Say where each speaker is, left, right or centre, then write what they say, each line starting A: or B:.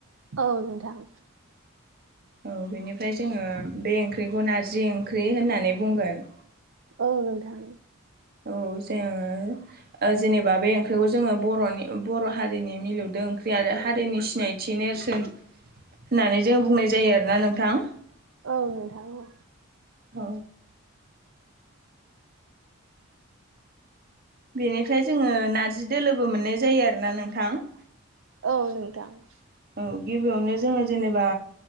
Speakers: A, on the right (about 65°); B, on the right (about 45°).
A: औ नोंथां।
B: औ बेनिफ्राय जोङो बे ओंख्रिखौ नारजि ओंख्रि होननानै बुंगोन।
A: औ नोंथां।
B: औ जोङो जेनेबा बे ओंख्रि खौ जोङो बर'नि बर' हारिनि मिलौदों ओंख्रि आरो हारिनि सिनायथि नेरसोन होननानै जों बुंनाय जायो आरोना नोंथां।
A: औ नोंथां औ।
B: औ बेनिफ्राय जोङो नारजि दोलोबो मोननाय जायो आरोना नोंथां?
A: औ नोंथां।
B: औ गिबियावनो जोङो जेनेबा